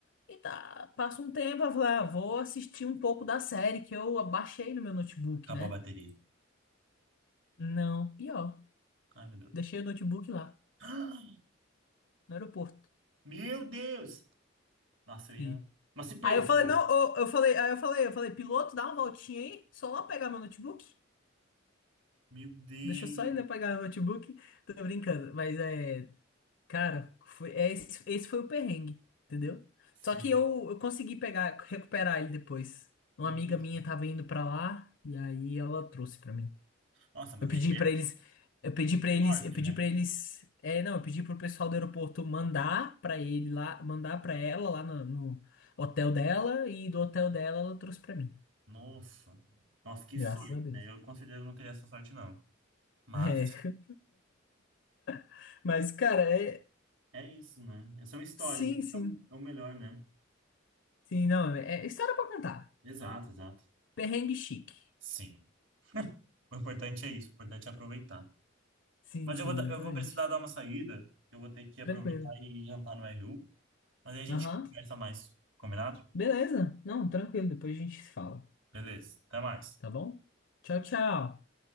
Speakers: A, on the left; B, on the right.
A: E tá, passa um tempo, eu falei, ah, vou assistir um pouco da série que eu baixei no meu notebook,
B: Acabou
A: né?
B: a bateria.
A: Não, pior.
B: Ai, meu Deus.
A: Deixei o notebook lá,
B: <gasps>
A: no aeroporto.
B: Meu Deus! Nossa, eu ia.
A: Sim.
B: Mas se perdeu.
A: Aí eu falei, não, eu, eu falei, aí eu falei, eu falei, piloto, dá uma voltinha aí, só lá pegar meu notebook.
B: Meu Deus,
A: Deixa eu só ir lá pegar o notebook. Tô brincando, mas é, cara, foi, é, esse, esse foi o perrengue, entendeu?
B: sim.
A: Só que eu, eu consegui pegar, recuperar ele depois. Uma
B: Nossa,
A: amiga minha tava indo pra lá, e aí ela trouxe pra mim.
B: Nossa, mas
A: Eu pedi
B: aí é
A: pra eles, eu pedi pra eles,
B: sorte,
A: eu pedi
B: né?
A: pra eles, é, não, eu pedi pro pessoal do aeroporto mandar pra ele lá, mandar pra ela lá no, no hotel dela e do hotel dela ela trouxe pra mim.
B: Nossa, nossa, que
A: Graças
B: sorte,
A: a Deus.
B: né? Eu com certeza não teria essa sorte, não. Mas
A: É, <laughs> mas cara, é,
B: é isso, né? Essa é uma história,
A: sim,
B: isso
A: sim.
B: é o é o melhor, né?
A: Sim, não, é é história pra contar.
B: Exato, exato.
A: Perrengue chique.
B: Sim. O importante é isso, o importante é aproveitar.
A: Sim,
B: Mas
A: sim,
B: eu vou, dar-
A: exatamente.
B: eu vou precisar dar uma saída, eu vou ter que aproveitar
A: Tranquilo.
B: e jantar no RU, mas aí a gente
A: Aham.
B: conversa mais, combinado?
A: Beleza. Não, tranquilo, depois a gente se fala,
B: Beleza, até mais.
A: tá bom? Tchau, tchau.